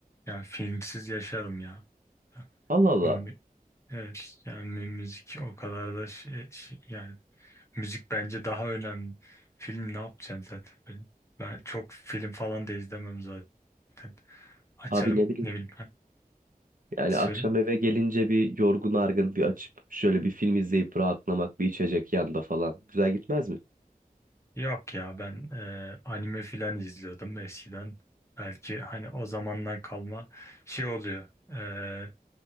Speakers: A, on the left; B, on the right.
A: Ya filmsiz yaşarım ya. Ya,
B: Allah Allah.
A: mü- Evet yani mü- müzik o kadar da şey, şey- yani müzik bence daha önemli. Film ne yapacaksın zaten? Ben, ben çok film falan da izlemem zaten. Açarım
B: Abi ne bileyim.
A: ne bileyim ben.
B: Yani
A: Söyle.
B: akşam eve gelince bir yorgun argın bir açıp şöyle bir film izleyip rahatlamak bir içecek yanda falan. Güzel gitmez mi?
A: Yok ya ben e, anime filan izliyordum eskiden. Belki hani o zamandan kalma şey oluyor. e,